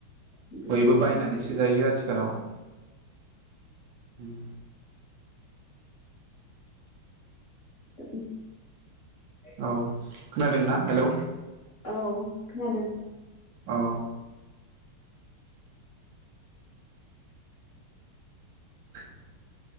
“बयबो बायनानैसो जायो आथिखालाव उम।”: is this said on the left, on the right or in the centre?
Right